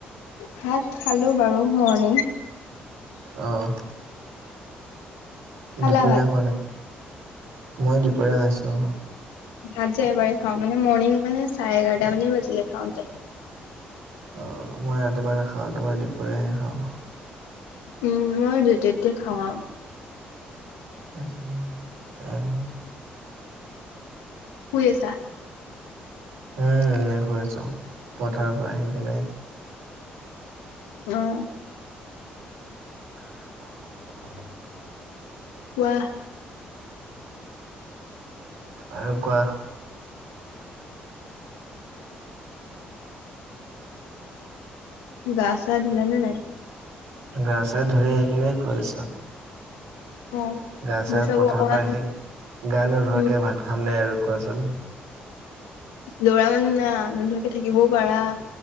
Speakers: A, on the left; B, on the right.
A: ভাত খালো বাৰু মৰ্ণিং।
B: অহ
A: খালা
B: দুপৰীয়া
A: ভাত
B: খোৱা নাই মই দুপৰীয়া খাইছোঁ অহ
A: ভাত যে এবাৰে খাওঁ মানে মৰ্ণিং মানে চাৰে এঘাৰটা মানে বাজিলে খাওঁতে
B: অহ মই ৰাতিপুৱা নাখাওঁ তোমাৰ দুপৰীয়া হে খাওঁ
A: উম মই যেতিয়া তেতিয়া খাওঁ আ।
B: উম এহ।
A: শুই আছা।
B: এই এনে শুই আছো পথাৰৰ পৰা আহি কেনে।
A: অহ।
B: <unintelligible>
A: কোৱা।
B: আৰু কোৱা।
A: গা চা ধুলে নে নাই।
B: গা চা ধুই আহি কিনে শুই আছো।
A: অ
B: গা চা
A: মোৰ চাব
B: পথাৰৰ
A: অকমান
B: পৰা আহি গা নোধোৱাকে
A: উম
B: ভাত খাম নে আৰু কোৱাচোন।
A: লৰা মানুহ না নোধোৱাকে থাকিবও পাৰা।